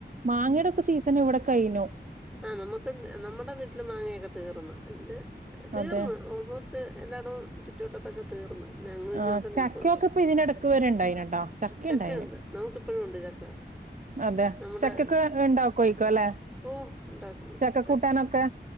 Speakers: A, on the right; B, in the centre.
A: മാങ്ങയുടെക്കെ സീസൺഒക്കെ ഇവിടെ കഴിഞ്ഞു
B: ആ നമുക്ക് നമ്മുടെ വീട്ടില് മാങ്ങയൊക്കെ തീർന്ന് പിന്നെ തീർന്ന്
A: അതെ
B: ഓൾമോസ്റ്റ് എല്ലായിടവും ചുറ്റുവട്ടത്തൊക്കെ തീർന്ന് അങ്ങു ഇഞ്ഞൊക്കെ
A: ആഹ് ചക്കയൊക്കെ
B: നിൽപ്പുണ്ട്
A: ഇപ്പൊ ഇതിനിടക്ക് വരെ ഉണ്ടായിനട്ടോ ചക്ക
B: ചക്കയുണ്ട്
A: ഉണ്ടായിന്
B: നമുക്ക് ഇപ്പോഴും ഉണ്ട് ചക്ക
A: അതെ
B: നമ്മുടെ
A: ചക്കയൊക്കെ ഉണ്ടാക്കായിരിക്കും അല്ലെ
B: ഓ ഉണ്ടാക്കും
A: ചക്ക
B: ച
A: കൂട്ടാനൊക്കെ